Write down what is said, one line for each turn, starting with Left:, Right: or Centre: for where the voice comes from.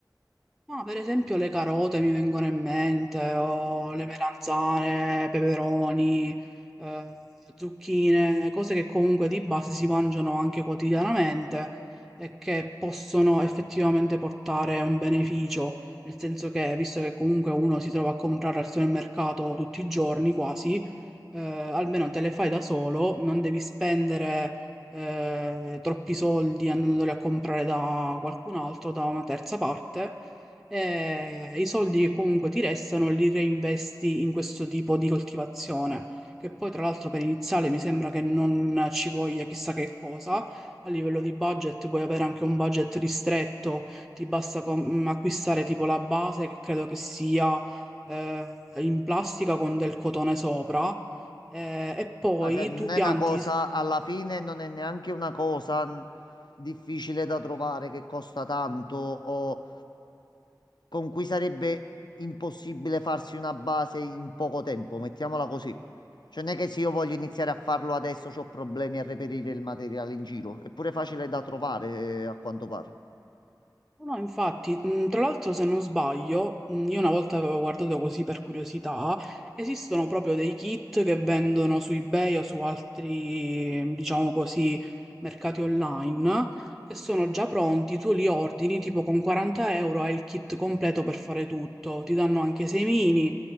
Centre: Ma per esempio le carote mi vengono in mente, o le melanzane, peperoni, eh, zucchine, cose che comunque di base si mangiano anche quotidianamente e che possono effettivamente portare un beneficio, nel senso che visto che comunque uno si trova a comprare al supermercato tutti i giorni quasi, eh, almeno te le fai da solo, non devi spendere eh, troppi soldi andandoli a comprare da qualcun altro, da una terza parte e i soldi che comunque ti restano li reinvesti in questo tipo di coltivazione, che poi tra l'altro per iniziale mi sembra che non ci voglia chissà che cosa. A livello di budget puoi avere anche un budget ristretto, ti basta com- mm, acquistare tipo la base che credo che sia eh, in plastica con del cotone sopra eh, e poi
Left: Ah, cioè, non
Centre: tu
Left: è
Centre: pianti
Left: una cosa, alla fine non è neanche una cosa n- difficile da trovare che costa tanto o con cui sarebbe impossibile farsi una base in poco tempo, mettiamola così. Cioè, non è che se io voglio iniziare a farlo adesso ho problemi a reperire il materiale in giro, è pure facile da trovare, eh, a quanto pare.
Centre: No, infatti, mh, tra l'altro se non sbaglio, mh, io una volta avevo guardato così per curiosità, esistono proprio dei kit che vendono su eBay o su altri, diciamo così, mercati online, che sono già pronti, tu li ordini, tipo con 40 euro hai il kit completo per fare tutto, ti danno anche i semini,